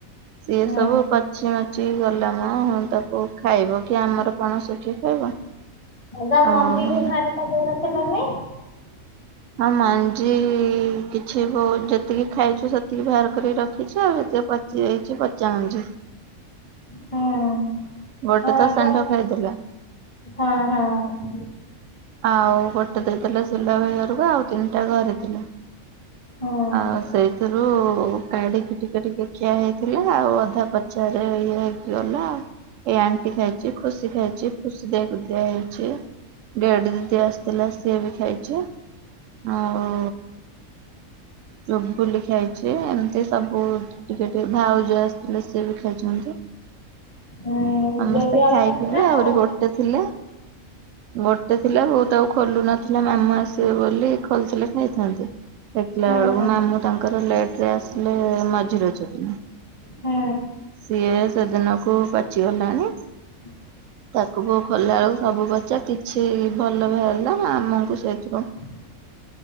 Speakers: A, on the right (about 70°); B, on the left (about 25°).
A: ସିଏ
B: ହୁଁ
A: ସବୁ ପାଚ ପାଚି ମାଚି ଗଲାମ ତାକୁ ଖାଇବ କିଏ ଆମର ପଣସ କିଏ ଖାଇବ?
B: ଆଭ ତାମଞ୍ଜିିକି
A: ଓହୋ
B: ଘରେ ସଜେଇ ରଖିଲ ନି।
A: ହଁ ମାଞ୍ଜି କିଛି ବୋଉ ଯେତିକି ଖାଇଛୁ ସେତିକି ବାହାର କରିକି ରଖିଛୁ ଆଉ ଯେତିକି ପଚ ଯିଏ ହେଇଛି ପଚାମଞ୍ଜି।
B: ହଁ,
A: ଗୋଟେ
B: ହଁ
A: ତ ଷେଣ୍ଢ
B: ପା।
A: ଖାଇଦେଲା।
B: ହଁ ହଁ।
A: ଆଉ ଗୋଟେ ଦେଇଦେଲେ ସିଲା ଭାଇ ଘରକୁ ଆଉ ତିନିଟା ଘରେ ଥଲା,
B: ହଁ
A: ଆଉ ସେଇଥିରୁ କାଢିକି ଟିକେ ଟିକେ ଅଧେ ଖିଆ ହେଇଥିଲା ଆଉ ଅଧା ପଚାରେ ଇଏ ହେଇକି ଗଲା। ଏଇ ଆଣ୍ଟି ଖାଇଛି, ଖୁସି ଖାଇଛି ଖୁସି ଦେଇକୁ ଦିଆ ହେଇଛି। ଗେଡି ଦିଦି ଆସିଥିଲା ସିଏ ବି ଖାଇଛି। ଆଉ ରୁପୁଲି ଖାଇଛି ଏମିତି ସବୁ ଟିକେ ଟିକେ ଭାଉଜ ଆସିଥିଲେ ସିଏ ବି ଖାଇଛନ୍ତି।
B: ହୁଁ
A: ସମସ୍ତେ
B: ଦେବି
A: ଖାଇକି
B: ଅଛନ୍ତି
A: ବି
B: ନା
A: ଆହୁରି
B: ପଳେଇଲେ
A: ଗୋଟେ ଥିଲା, ଗୋଟେ ଥିଲା ବୋଉ ତାକୁ ଖୋଲୁ ନଥିଲେ ମାମୁଁ ଆସିବେ ବୋଲି, ଖୋଲିଥିଲେ ଖାଇଥାନ୍ତି। ଦେଖିଲା
B: ହଁ
A: ବେଳକୁ
B: ହଁ
A: ମାମୁଁ ତାଙ୍କର ଲେଟ୍ ରେ ଆସିଲେ ମଝି ରଜଦିନ।
B: ହୁଁ।
A: ସିଏ ସେଦିନକୁ ପାଚିଗଲାଣି।
B: ହଁ। <inaudible>
A: ତାକୁ ବୋଉ ଖୋଲିଲା ବେଳକୁ ସବୁ ପଚା କିଛି ଭଲ ବାହାରିଲା। ମାମୁଁଙ୍କୁ ସେଇଥିରୁ
B: ହଁ। <inaudible>